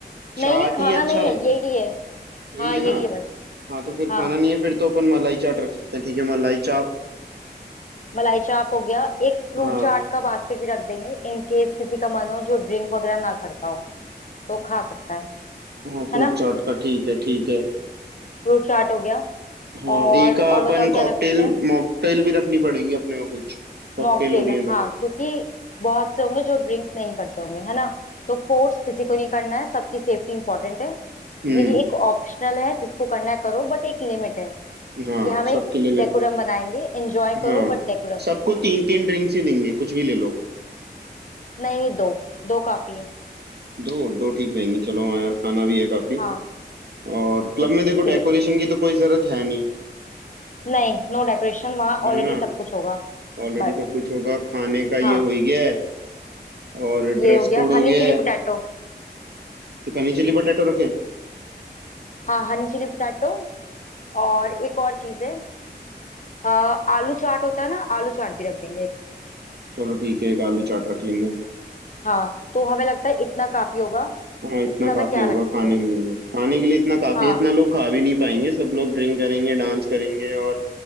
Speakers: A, on the left; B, on the right.
A: नहीं
B: चाट
A: नहीं खाना
B: ही अच्छा
A: नहीं है
B: रख
A: यही है
B: यही
A: हाँ
B: है
A: यही
B: ना
A: है बस
B: हाँ तो फिर
A: हाँ
B: खाना नहीं है फिर तो अपन मलाई चाट रख सकते हैं ठीक है मलाई चाप
A: मलाई चाप हो गया एक फ्रूट
B: हाँ
A: चाट का बास्केट भी रख देंगे इन केस किसी का मन हो जो ड्रिंक वगैरह ना करता हो तो खा सकता है
B: हाँ फ्रूट
A: है ना
B: चाट का ठीक है ठीक है
A: फ्रूट चाट हो गया
B: हाँ
A: और
B: एक अपन
A: और बताओ क्या
B: कॉकटेल
A: रख सकते हैं
B: मॉकटेल भी रखनी पड़ेगी अपने को कुछ कॉकटेल
A: मॉकटेल
B: हो रही है तो
A: हाँ क्योंकि बहुत से होंगे जो ड्रिंक नहीं करते होंगे है ना तो फोर्स किसी को नहीं करना है सबकी सेफ्टी इंपॉर्टेंट है
B: हम्म
A: ये एक ऑप्शनल है जिसको करना है करो बट एक लिमिट है कि
B: हाँ
A: हम
B: सबके
A: एक
B: लिए ले,
A: डेकोरम बनाएंगे एंजॉय करो
B: हाँ
A: बट डेकोरम
B: सबको तीन तीन ड्रिंक्स ही देंगे कुछ भी ले लो
A: नहीं नहीं दो दो काफी है
B: दो दो ठीक रहेंगे चलो हाँ यार खाना भी है काफी
A: हाँ
B: और क्लब
A: इसीलिए
B: में देखो डेकोरेशन की तो कोई जरूरत है नहीं
A: नहीं नो डेकोरेशन वहाँ
B: है
A: ऑलरेडी
B: ना
A: सब कुछ होगा
B: ऑलरेडी
A: बस
B: सब कुछ होगा खाने का ये
A: हाँ
B: हो ही गया है और ड्रेस
A: ये हो
B: कोड
A: गया
B: हो
A: हनी
B: गया
A: चिली
B: है
A: पोटैटो
B: एक हनी चिली पटेटो रखें
A: हाँ हनी चिली पोटैटो और एक और चीज है अ, आलू चाट होता है ना आलू चाट भी रख देंगे एक
B: चलो ठीक है एक आलू चाट रख लेंगे
A: हाँ तो हमें लगता है इतना काफी होगा
B: हाँ इतना
A: इससे ज्यादा
B: काफी
A: क्या
B: होगा
A: रखेंगे
B: खाने के लिए खाने के लिए इतना काफी
A: हाँ
B: है इतना लोग खा भी नहीं पाएंगे सब लोग ड्रिंक करेंगे डांस करेंगे और